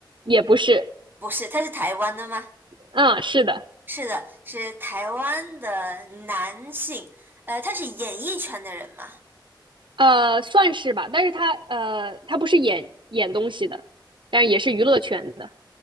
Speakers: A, on the right; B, on the right.
A: 也不是，
B: 不是。他是台湾的吗？
A: 啊，是的，
B: 是的，是台湾的男性，呃，他是演艺圈的人嘛
A: 呃，算是吧，但是他呃，他不是演演东西的，但是也是娱乐圈的，